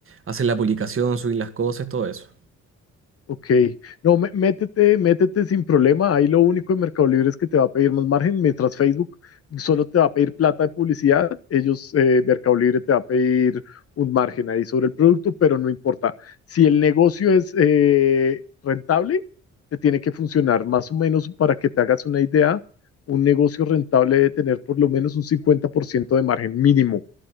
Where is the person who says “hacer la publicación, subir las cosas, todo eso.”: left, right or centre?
Right